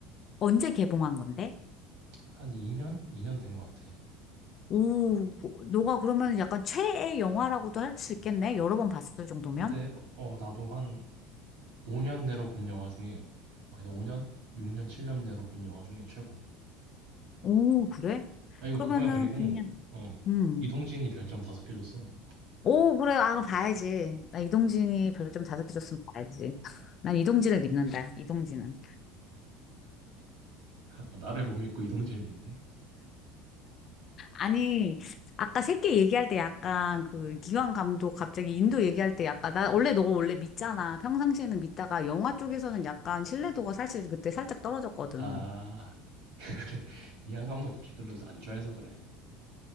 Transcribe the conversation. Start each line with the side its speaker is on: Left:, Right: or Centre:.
Left: 언제 개봉한 건데?
Right: 한 2년? 2년 된 것 같아.
Left: 오, 뭐, 너가 그러면 약간 최애 영화라고도 할 수 있겠네? 여러 번 봤을 정도면?
Right: 근데 어, 나도 한 5년 내로 본 영화 중에 아니 5년? 6년, 7년 내로 본 영화 중에 최고.
Left: 오, 그래?
Right: 아 이거
Left: 그러면은
Right: 그거야 그리고
Left: 그냥,
Right: 어
Left: 음.
Right: 이동진이 별점 다섯 개 줬어
Left: 오, 그래. 아, 그럼 봐야지. 나 이동진이 별점 다섯 개 줬으면 봐야지. <laughs> 난 이동진을 믿는다. 이동진은.
Right: 아, 나를 못 믿고 이동진을 믿네
Left: 아니, 아까 새끼 얘기할 때 약간 그 기왕 감독 갑자기 인도 얘기할 때 약간 나 원래 너 원래 믿잖아. 평상시에는 믿다가 영화 쪽에서는 약간 신뢰도가 사실 그때 살짝 떨어졌거든.
Right: 아 <laughs> 그래 이양 감독 별로 안 좋아해서 그래